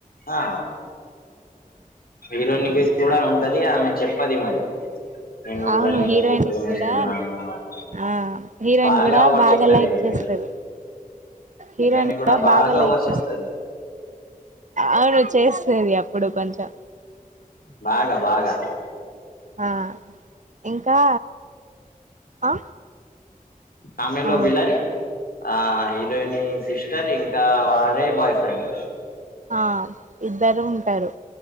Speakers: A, on the left; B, on the right.
A: ఆ హీరోన్ కూడా ఉంటది ఆమె చెప్పది మరి నేను కూడా
B: అవును
A: నీకు
B: హీరోయిన్
A: ప్రేమిస్తున్నాను
B: కూడా
A: అని
B: ఆ హీరోయిన్
A: బాగా
B: కూడా
A: ఎవర్
B: బాగా
A: చెప్తరే
B: లైక్
A: ఇడ
B: చేస్తది
A: బిర్యానీ
B: హీరోయిన్
A: కుడ
B: కూడా
A: బాగ
B: బాగా లైక్
A: ఎవర్ చేస్తర్
B: అవును చేస్తది అప్పుడు కొంచెం
A: బాగా బాగా
B: ఆ ఇంకా ఆ
A: ఆమెలో
B: ఆ
A: విలన్ ఆ హీరోయిన్ సిస్టర్ ఇంకా వారే బాయ్ ఫ్రెండ్
B: ఆ ఇద్దరు ఉంటారు